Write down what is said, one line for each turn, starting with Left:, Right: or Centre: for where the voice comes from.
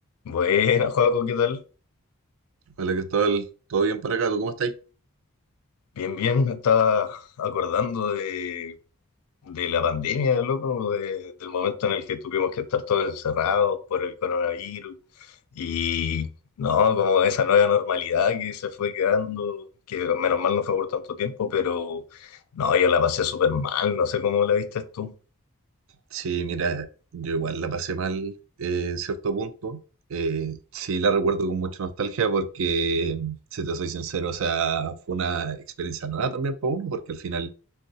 Left: Buena, Joaco, ¿qué tal?
Right: Hola, Cristóbal. ¿Todo bien por acá? ¿Tú cómo estás?
Left: Bien, bien, me estaba acordando de, de la pandemia, loco, de- del momento en el que tuvimos que estar todos encerrados por el coronavirus y, no, como esa nueva normalidad que se fue quedando, que menos mal no fue por tanto tiempo, pero, no, yo la pasé súper mal, no sé cómo la viste tú.
Right: Sí, mira, yo igual la pasé mal eh, en cierto punto. Eh, sí, la recuerdo con mucha nostalgia porque, si te soy sincero, o sea, fue una experiencia nueva también para uno, porque al final